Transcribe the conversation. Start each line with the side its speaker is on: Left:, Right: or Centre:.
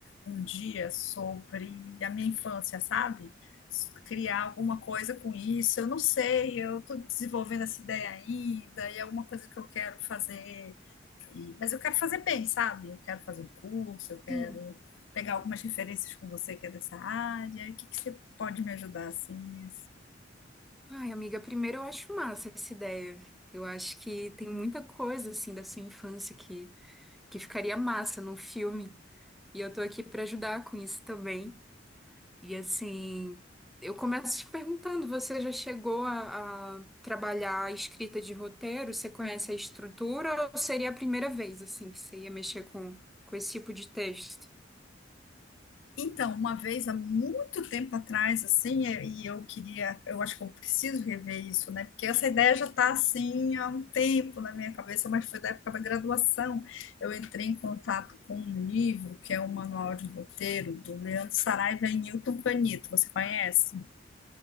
Left: um dia sobre a minha infância, sabe? S- Criar alguma coisa com isso, eu não sei, eu estou desenvolvendo essa ideia ainda, e é uma coisa que eu quero fazer, e- mas eu quero fazer bem, sabe? Eu quero fazer um curso, eu quero
Centre: Sim.
Left: pegar algumas referências com você que é dessa área, o que que você pode me ajudar assim?
Centre: Ai, amiga, primeiro eu acho massa essa ideia. Eu acho que tem muita coisa, assim, da sua infância que, que ficaria massa num filme. E eu tô aqui pra ajudar com isso também. E, assim, eu começo te perguntando, você já chegou a, a trabalhar a escrita de roteiro? Você conhece a estrutura ou seria a primeira vez, assim, que você ia mexer com, com esse tipo de texto?
Left: Então, uma vez há muito tempo atrás, assim, e e eu queria, eu acho que eu preciso rever isso, né? Porque essa ideia já está assim há um tempo na minha cabeça, mas foi da época da graduação. Eu entrei em contato com um livro que é o Manual de Roteiro do Leandro Saraiva e Newton Canito. Você conhece?